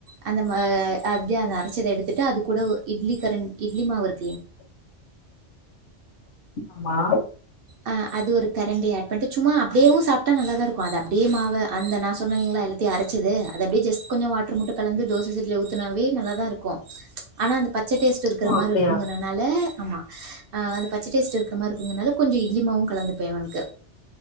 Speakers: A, on the right; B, on the left.
A: அந்த மா அப்டியே அந்த அரச்சத எடுத்துட்டு அது கூட ஒ இட்லி கரண் இட்லி மாவு இருக்
B: ஆமா
A: ஆ அது ஒரு கரண்டி ஆட் பண்ணிட்டு சும்மா அப்டியேவு சாப்ட்டா நல்லாதா இருக்கு அது அப்டியே மாவ அந்த நா சொன்னே இல்லைங்ளா எல்லாத்தையு அரைச்சது அது அப்டியே ஜஸ்ட் கொஞ்சோ வாட்ரு மட்டு கலந்து தோச சட்டில ஊத்துனாவே நல்லதா இருக்கு ஆனா அந்த பச்ச டேஸ்ட் இருக்கற
B: ஓ
A: மாரி
B: அப்டியா
A: இருக்குங்கனனால ஆமா ஆ அது பச்ச டேஸ்ட்டு இருக்க மார இருக்குங்கறனால கொஞ்ச இட்லிமாவு கலந்துப்பே இவனுக்கு.